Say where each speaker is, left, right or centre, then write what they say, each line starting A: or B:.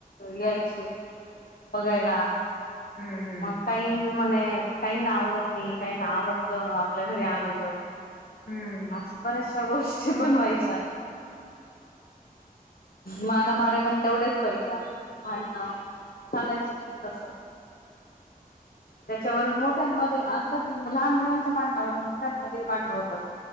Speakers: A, on the left; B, on the left.
A: यायचे बघायला
B: हम्म हम्म
A: मग काही जन काही ना आवडत नाही काही ना आवडत आपल्या घरी आलेलं ह
B: हम्म
A: अस बऱ्याचशा गोष्टी पण व्हायच्या मारा मऱ्या पण तेवढ्याच व्हायच्या भांडण चालायच तस त्याच्यावरून मोठ्यांमध्येध्ये लहान मुलांच्या भांडणावरून मुठ्यांमध्ये भांडण होतात